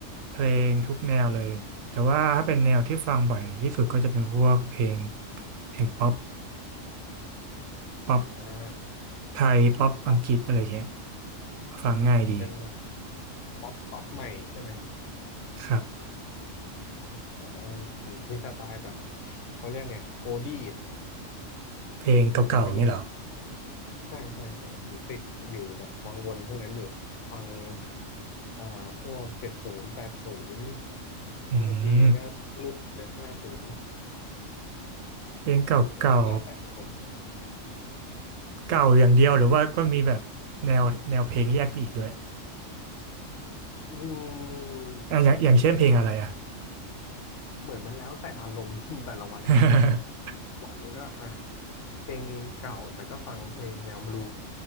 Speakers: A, on the right; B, on the left.
A: เพลงทุกแนวเลยแต่ว่าถ้าเป็นแนวที่ฟังบ่อยที่สุดก็จะเป็นพวกเพลงเพลงป๊อปป๊อป
B: อ่า
A: ไทยป๊อปอังกฤษอะไรเงี้ย
B: ป๊อป
A: ฟังง่ายดี
B: เป็นแบบป๊อปป๊อปใหม่ใช่ไหม
A: ครับ
B: อ๋อผมที่สไตล์แบบเขาเรียกไงโอดี้อ่ะ
A: เพลงเก่าๆอย่างนี้เหรอ
B: ผมไปหลงใช่ใช่ใช่ผมติดอยู่กับวังวนพวกนั้นอยู่ฟังเอ่าพวกเจ็ดศูนย์แปดศูนย์
A: อืม
B: บางทีก็นู่นเลยห้าศูนย์
A: เพลงเก่า
B: แล้วแล้วแต่อารมณ์
A: ๆเก่าอย่างเดียวหรือว่าก็มีแบบแนวแนวเพลงแยกไปอีกด้วย
B: อืม
A: อ่ะอย่างอย่างเช่นเพลงอะไรอ่ะ
B: เหมือนเหมือนมันแล้วแต่อารมณ์ <laughs> แต่ละวันสุด
A: <laughs>
B: วันก็อ่ะเพลงเก่าแต่ก็ฟังเพลงแนวบลู